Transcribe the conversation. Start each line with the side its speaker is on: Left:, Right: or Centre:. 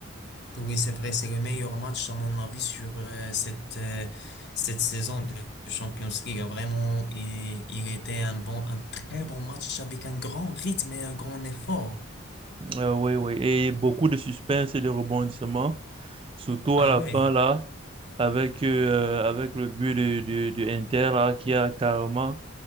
Left: oui, c'est vrai, c'est le meilleur match à mon avis sur euh, cette, euh, cette saison de Champions League. Vraiment, il, il était un bon, un très bon match avec un grand rythme et un grand effort.
Right: Euh, oui, oui. Et beaucoup de suspense et de rebondissements, surtout
Left: Ah
Right: à la
Left: ouais.
Right: fin, là, avec, euh, avec le but de, de, de Inter, là, qui a carrément